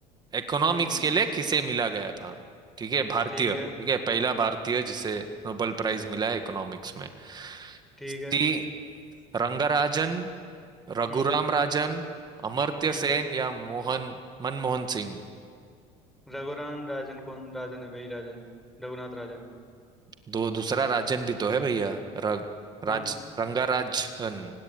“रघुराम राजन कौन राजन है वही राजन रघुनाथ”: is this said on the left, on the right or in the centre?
Centre